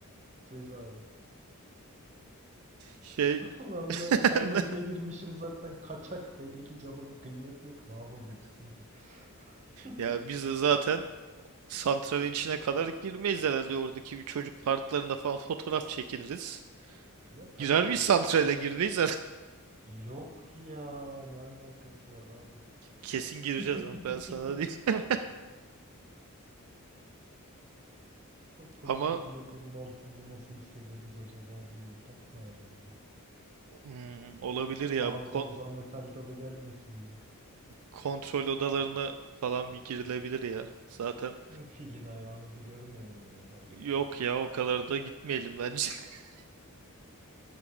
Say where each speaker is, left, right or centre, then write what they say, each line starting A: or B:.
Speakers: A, on the right; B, on the right.
A: Cezaya.
B: Şey
A: Allah
B: <laughs>
A: Çernobil'e girmişim zaten kaçak belli ki canımın kıymeti yok. Ne yapabilirsin ki? <laughs>
B: ya biz de zaten santralin içine kadar girmeyiz herhalde oradaki bir çocuk parklarında falan fotoğraf çekiniriz.
A: Ya tabii
B: Girer
A: canım.
B: miyiz santrale girmeyiz
A: Yok ya ne alakası var abi?
B: Kesin gireceğiz
A: <laughs>
B: ama ben sana değil. <laughs>
A: O kurşun
B: Ama
A: plakanın altında nasıl hissederiz acaba diye bir tatmayalım mı?
B: hmm, olabilir ya
A: Ağzımıza
B: bu kon-
A: metal tadı gelmesin mi?
B: kontrol odalarına falan bir girilebilir ya. Zaten
A: Filin ayağını bir görmeyelim mi kardeşim?
B: yok ya o kadar da gitmeyelim bence. <laughs>